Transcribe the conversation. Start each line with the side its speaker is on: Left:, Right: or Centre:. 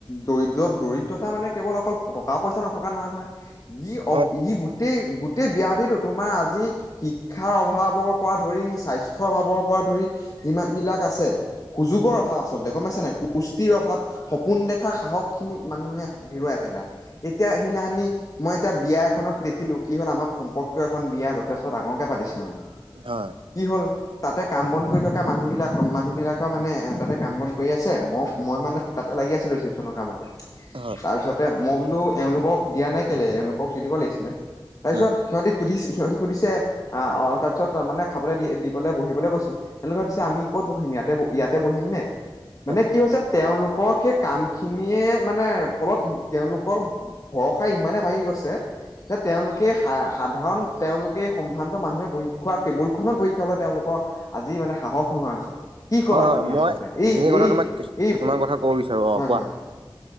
Left: দৰিদ্ৰ- দৰিদ্ৰতা মানে কেৱল অকল টকা পইচা নথকা নহয়- নহয়। ই, অ
Right: হয়
Left: ই, গোটেই- গোটেই ব্যাধিতো তোমাৰ আজি শিক্ষাৰ অভাৱৰ পৰা ধৰি, স্বাস্থ্যৰ অভাৱৰ পৰা ধৰি, যিমান বিলাক আছে। সুযোগৰ অভাৱ। আচলতে গম পাইছা নাই। পুষ্টিৰ অভাৱ, সপোন দেখা সাহস খিনি মানুহে হেৰুৱাই পেলায়। এতিয়া সেইদিনাখনি মই এতিয়া বিয়া এখনত দেখিলো, কি হ'ল আমাৰ সম্পৰ্কীয় এখন বিয়া যথেষ্ট ডাঙৰকে পাতিছে মানে।
Right: হয়।
Left: কি হ'ল, তাতে কাম বন কৰি থকা মানুহ বিলাক, মানুহ বিলাকৰ মানে এ তাতে কাম বন কৰি আছে, মই- মই মানে তাতে লাগি আছিলো, ৰিচিপচনৰ কামতে।
Right: হয়
Left: তাৰপিছত মই বোলো এওঁলোকক দিয়া নাই কেলে? এওঁলোকক দি দিব লাগিছিলে, তাৰ পিছত
Right: উম
Left: সিহঁতি সুধিছে, সিহঁতি সুধিছে, আহ তাৰ পিছত মানে খাবলৈ দিবলৈ বহিবলৈ কৈছো। এনেকুৱা সুধিছে, আমি ক'ত বহিম? ইয়াতে- ইয়াতে বহিম নে মানে
Right: অ
Left: কি হৈছে, তেওঁলোকৰ সেই কাম খিনিয়ে মানে ফলত তেওঁলোকৰ ভৰষা ইমানে ভাগি গৈছে যে তেওঁলোকে সাধাৰণ তেওঁলোকে সম্ভ্ৰান্ত মানুহে বহি খোৱা টেবুলখনত বহি খাবলৈ তেওঁলোকৰ আজি মানে সাহস নোহোৱা হৈছে। কি কবা
Right: হয় হয়
Left: তুমি
Right: মই
Left: আচলতে? এই
Right: এইখিনি কথা
Left: এই
Right: তোমাক কিছু-
Left: এই
Right: কিছুমান কথা ক'ব বিচাৰোঁ। অঁ,
Left: হয়
Right: কোৱা?
Left: হয়